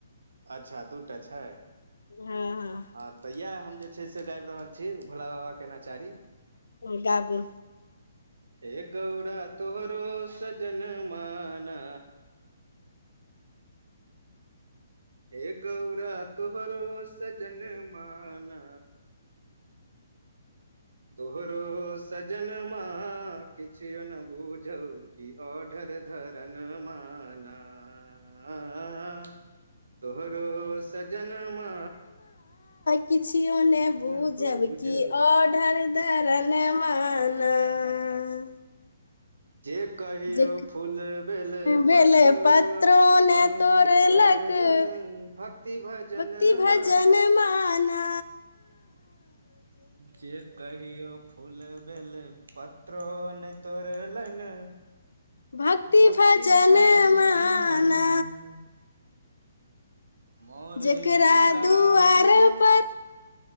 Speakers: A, on the right (about 80°); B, on the left (about 85°).
A: अच्छा दू टा छै
B: हँ हँ
A: हँ तऽ इएह हम जे छै से गाबि रहल छी भोला बाबाके नचारी
B: हँ गाबू
A: हे गौड़ा तोहरो सजनमा ना हे गौरा तोहरो सजन्मा ना तोहरो सजनमां किछयो न बुझौ की ओढ़र धरना मा ना ना तोहरो सजनमा
B: किछयो ने बुझब
A: न बुझौ
B: कि ऑडर धरनवा तराना तराना ना मा ना
A: जे कहियो
B: जे
A: फूल बेल
B: बेल
A: पत्रोत्रो
B: पत्रो तोड़लक
A: ने तोड़लनि भक्ति भजनमा
B: भक्ति भजन माना
A: जे कहियो फूल बेल बेलपत्रो नहि तोड़लनि
B: भक्ति
A: भगति
B: भजन
A: भजनमा
B: माना
A: ना मरेएत
B: जेकरा
A: कालमे
B: दुआर पर